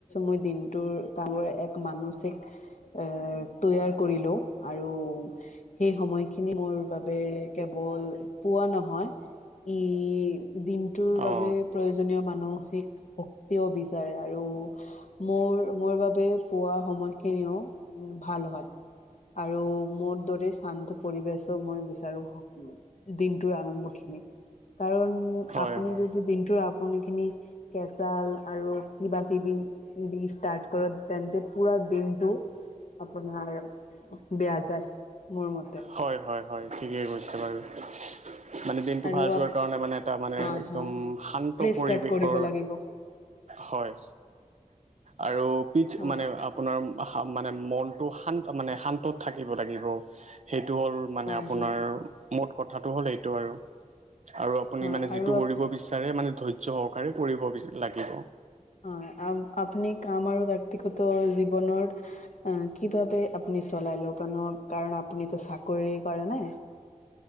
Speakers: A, on the left; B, on the right.
A: মই দিনটোৰ কাৰৰে <unintelligible> এক মানসিক। এ তৈয়াৰ কৰি লও আৰু সেই সময়। <unintelligible> খিনি মোৰ বাবে কেৱল পোৱা নহয়। ই দিনটোৰ বাবে
B: অঁ
A: প্ৰয়োজনীয় মানসিক শক্তিও বিচাৰে আৰু <unintelligible> মোৰ মোৰ বাবে পোৱা সময়খিনিও উ ভাল হয়। আৰু মোৰ দৰে শান্ত। পৰিবেশো মই বিচাৰো দিনটোৰ আৰম্ভ খিনি। কাৰণ
B: হয়
A: আপুনি
B: হয়
A: যদি দিনটোৰ আপুনি খিনি কেঁচাল আৰু কিবা কিবি। <unintelligible> দি ষ্টাৰ্ট কৰ তেন্তে পুৰা দিনটো আপোনাৰ বেয়া যায় মোৰ মতে।
B: হয় হয় হয় ঠিকেই কৈছে বাৰু। মানে দিনটো
A: আৰু
B: ভাল যোৱাৰ কাৰণে মানে এটা মানে
A: হয়
B: একদম
A: হয়
B: শান্ত
A: ফ্ৰেছ
B: পৰিৱেশৰ
A: ষ্টাৰ্ট কৰিব লাগিব
B: হয় আৰু পিচ
A: হয়
B: মানে আপোনাৰ মানে মনটো শান্ত মানে শান্তত থাকিব লাগিব। এইটো হ'ল মানে
A: হয়
B: আপোনাৰ
A: হয়
B: মোত কথাটো হ'ল এইটো আৰু। আৰু আপুনি
A: হয়
B: মানে যিটো
A: আৰু হয়
B: কৰিব বিচাৰে মানে ধৈৰ্য্য সহকাৰে কৰিব লাগিব।
A: অ আ আপুনি কাম আৰু ব্যক্তিগত জীৱনৰ এ কি ভাবে আপ চলাই লো কাৰণ আপুনি চাকৰি কৰে ন।